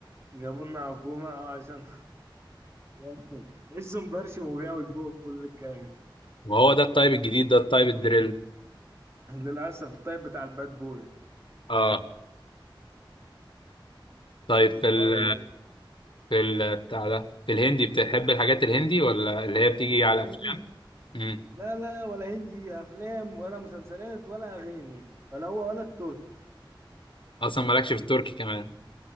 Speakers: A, on the right; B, on the left.
A: لنا حكومه اه عشان <laughs> لسه مبرشم وبيع ويبوه كل الكلام
B: ما هو ده التايب الجديد ده التايب الدريل
A: <laughs> للاسف الطيب بتاع الباد بوي
B: اه طيب في ال
A: اه ولا
B: في ال بتاع ده في الهندي بتحب الحاجات الهندي ولا اللي هي بتيجي على
A: هندي
B: افلام امم
A: لا لا ولا هندي افلام ولا مسلسلات ولا اغاني ولا هو ولا التركي
B: اصلا مالكش في التركي كمان